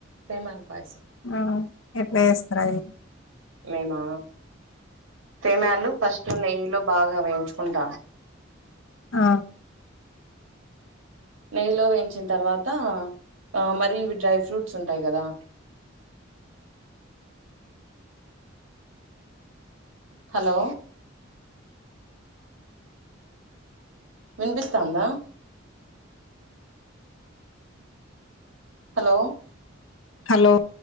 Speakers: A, on the right; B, on the left.
A: షేమ్యాల్ పాయ్షం
B: ఆ ఎట్లా వేస్తారది
A: నేనా ఫేమ్యాలు ఫస్ట్ నెయ్యిలో బాగా వేయించుకుంట
B: ఆ
A: నెయ్యిలో వేయించిన తర్వాత ఆ మరి ఇవి డ్రై ఫ్రూట్స్ ఉంటాయి కదా హలో వినిపిస్తాందా హలో
B: హలో